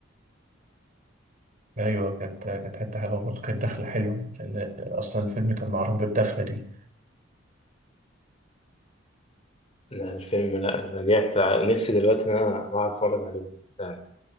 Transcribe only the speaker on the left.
لا الفيلم لا رجعت ع- نفسي دلوقتي إن أنا أقعد أتفرج عليه ده